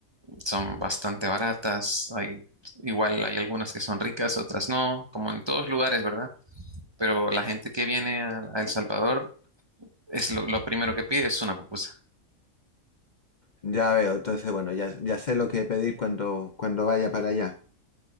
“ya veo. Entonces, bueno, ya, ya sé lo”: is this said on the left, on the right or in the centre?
Left